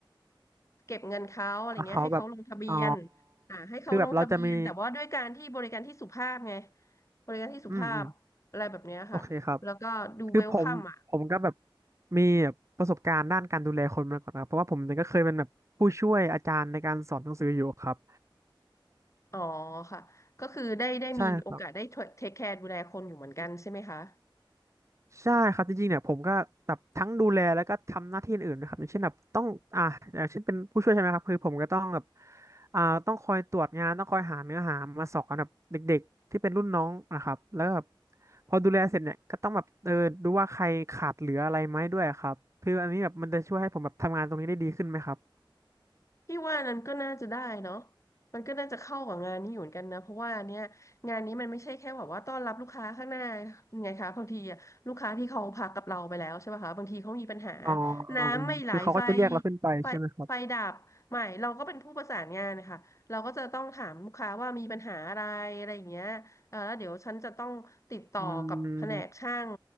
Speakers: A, on the left; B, on the right.
A: เก็บเงินเขาอะไรเงี้ยให้เขาลงทะเบียน
B: ถ้าเขาแบบอ๋อ
A: อ่าให้เขาลงทะเบียนแต่ว่าด้วยการที่บริการที่สุภาพไง
B: คือแบบเราจะมี
A: บริการที่สุภาพอะไรแบบเนี้ยค่ะแล้วก็ดูเวลคัมอ่ะ
B: อืมอืมโอเคครับ คือผมผมก็แบบมีแบบประสบการณ์ด้านการดูแลคนมาก่อนนะครับเพราะว่าผมเนี่ยก็เคยเป็นแบบผู้ช่วยอาจารย์ในการสอนหนังสืออยู่ครับ
A: อ๋อค่ะก็คือได้ได้มีโอกาสได้เทคแคร์ดูแลคนอยู่เหมือนกันใช่ไหมคะ
B: ใช่ครับใช่ครับจริงๆเนี่ยผมก็แบบทั้งดูแลแล้วก็ทำหน้าที่อื่นนะครับอย่างเช่นแบบต้องอ่าอย่างเช่นเป็นผู้ช่วยใช่ไหมครับคือผมก็ต้องแบบอ่าต้องคอยตรวจงานต้องคอยหาเนื้อหามาสอนแบบเด็กๆที่เป็นรุ่นน้องนะครับแล้วก็แบบพอดูแลเสร็จเนี่ยก็ต้องแบบเออดูว่าใครขาดเหลืออะไรไหมด้วยครับคืออันนี้แบบมันจะช่วยให้ผมแบบทำงานตรงนี้ได้ดีขึ้นไหมครับ
A: พี่ว่านั้นก็น่าจะได้เนาะมันก็น่าจะเข้ากับงานนี้อยู่เหมือนกันนะเพราะว่าเนี่ยงานนี้มันไม่ใช่แค่แบบว่าต้อนรับลูกค้าข้างหน้าไงคะบางทีอะลูกค้าที่เขาพักกับเราไปแล้วใช่ป่ะคะบางทีเขามีปัญหา
B: อ๋อ
A: น้ำไม่ไหลไฟ
B: คือเขาก็จะเรียกเราขึ้นไปใช่ไหมครับ
A: ไฟไฟดับใหม่เราก็เป็นผู้ประสานงานนะคะเราก็จะต้องถามลูกค้าว่ามีปัญหาอะไรอะไรอย่างเงี้ยเออแล้วเดี๋ยวฉันจะต้องติดต่อกับแผนกช่าง
B: อืม